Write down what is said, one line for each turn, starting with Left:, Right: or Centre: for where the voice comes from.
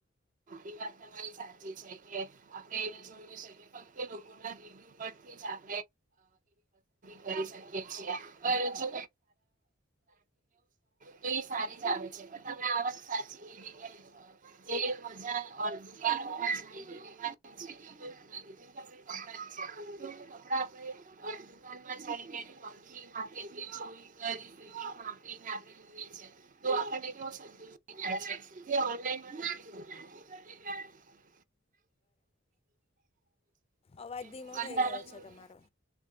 Right: એ વાત તમારી સાચી છે કે આપણે એ જોયું છે કે ફક્ ર્યુ પરથી પસી કરી શકી જો તમે સ છો તો સારી જ છે પણ આ વાત સાચી કે. <inaudible> <unintelligible>
Left: અવાજ ધીમો
Right: દુકાનદારો
Left: થઈ ગયો
Right: જોડે
Left: છે, તમારો.